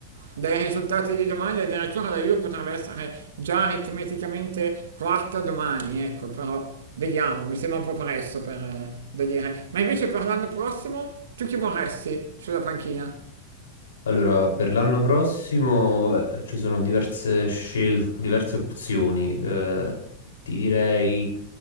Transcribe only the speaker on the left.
Allora, per l'anno prossimo, vabbè, ci sono diverse scelte, diverse opzioni. Eh, ti direi